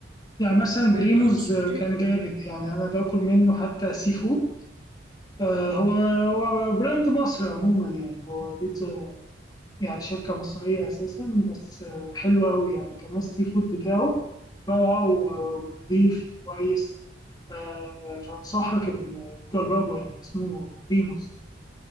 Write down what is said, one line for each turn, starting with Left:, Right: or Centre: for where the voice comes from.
Left: يعني مثلا بريموز
Right: انا مش
Left: آه،
Right: متج-
Left: كان جامد يعني انا باكل منه حتى سي فود آه، هو هو براند مصري عموما يعني هو بيتزا يعني شركة مصرية أساسا بس آه، حلوة أوي يعني كمان السي فود بتاعه روعة و- ونضيف وكويس آه، فأنصحك إن تجربه يعني اسمه بريموس